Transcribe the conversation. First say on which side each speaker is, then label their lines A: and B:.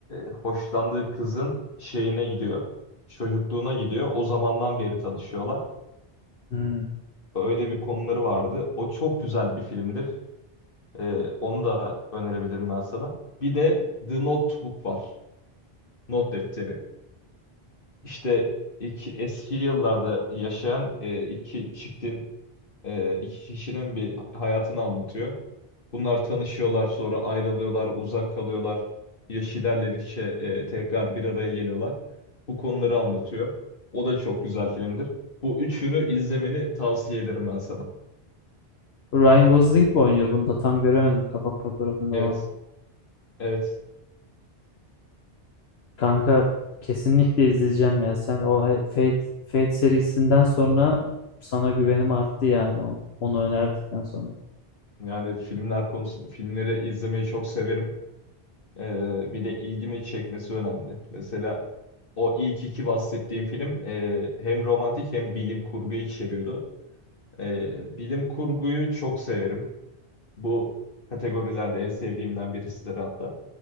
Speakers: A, on the left; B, on the left.
A: hoşlandığı kızın şeyine gidiyor. Çocukluğuna gidiyor. O zamandan beri tanışıyorlar.
B: Hmm.
A: Öyle bir konuları vardı. O çok güzel bir filmdir. E, onu da önerebilirim ben sana. Bir de The Notebook var. Not defteri. İşte iki, eski yıllarda yaşayan e, iki çiftin, e, iki kişinin bir hayatını anlatıyor. Bunlar tanışıyorlar, sonra ayrılıyorlar, uzak kalıyorlar. Yaş ilerledikçe e, tekrar bir araya geliyorlar. Bu konuları anlatıyor. O da çok güzel filmdir. Bu üçünü izlemeni tavsiye ederim ben sana.
B: Ryan Gosling mi oynuyor bunda? Tam göremedim kapak fotoğrafında.
A: Evet,
B: da onu.
A: evet.
B: Kanka kesinlikle izleyeceğim ya. Sen o he- Fate, Fate serisinden sonra sana güvenim arttı yani. Onu, onu önerdikten sonra.
A: Yani filmler konusu, filmleri izlemeyi çok severim. E, bir de ilgimi çekmesi önemli. Mesela o ilk iki bahsettiğim film e, hem romantik hem bilim kurgu içeriyordu. E, bilim kurguyu çok severim. Bu kategorilerde en sevdiğimden birisidir hatta.